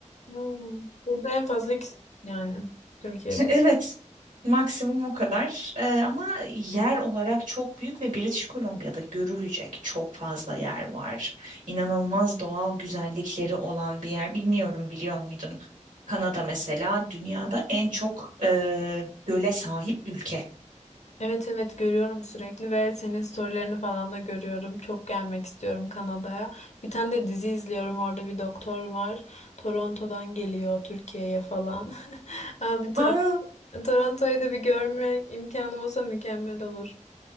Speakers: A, on the left (about 60°); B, on the right (about 80°).
A: hmm. Burada en fazla ikisi yani Türkiye'de.
B: Evet, maksimum o kadar. Ee, ama yer olarak çok büyük ve British Columbia'da görülecek çok fazla yer var. İnanılmaz doğal güzellikleri olan bir yer. Bilmiyorum biliyor muydun? Kanada mesela dünyada en çok e, göle sahip ülke.
A: Evet evet görüyorum sürekli ve senin storylerini falan da görüyorum. Çok gelmek istiyorum Kanada'ya. Bir tane de dizi izliyorum orada bir doktor var. Toronto'dan geliyor Türkiye'ye falan. <laughs> Abi
B: Aa,
A: Toronto'yu da bir görme imkanım olsa mükemmel olur.